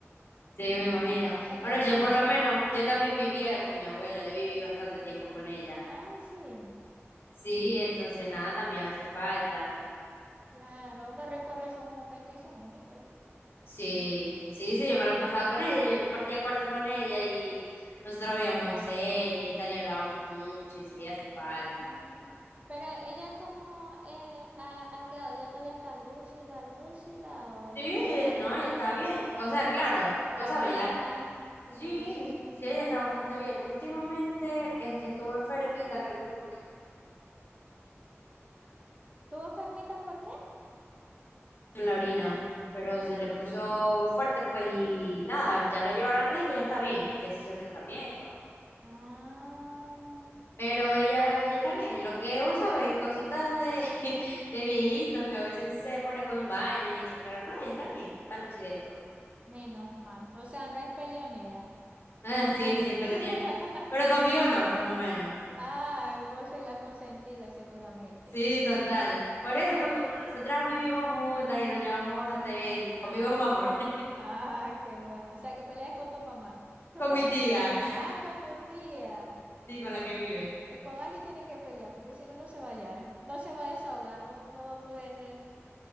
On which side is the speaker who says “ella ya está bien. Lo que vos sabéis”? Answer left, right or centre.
Left